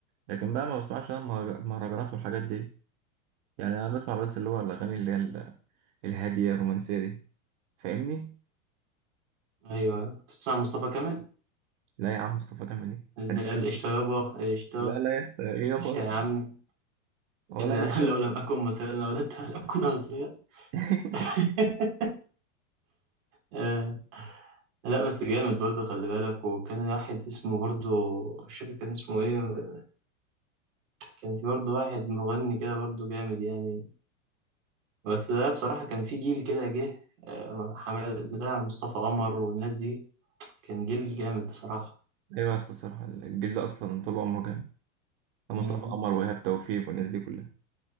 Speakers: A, on the right; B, on the right.
A: لكن بقى ما بسمعش انا المهرج- المهرجانات والحاجات دي يعني انا بسمع بس اللي هو الاغاني اللي هي ال- الهاديه الرومانسيه دي فاهمني
B: ايوه بتسمع مصطفى كامل
A: لا يا عم مصطفى كامل ايه
B: ال-
A: قديم
B: ال-
A: قوي
B: قشطة يابا قشطة
A: لا لا يا اسطى إيه يابا
B: قشطة يا عمي
A: ولا
B: ال-
A: اي حاجه
B: <laughs> لو لم أكن مصريا لوددت أن أكون مصريا
A: <laughs>
B: <laughs> آه، لا بس جامد برضه خلي بالك وكان واحد اسمه برضه مش فاكر كان اسمه ايه كان في برضه واحد مغني كده برضه جامد يعني بس ده بصراحة كان في جيل كده جه آه، حمد بتاع مصطفى قمر والناس دي كان جيل جامد بصراحة
A: ايوه يا اسطى الصراحه الجيل ده اصلا طول عمره جامد مصطفى
B: مم.
A: قمر وايهاب توفيق والناس دي كلها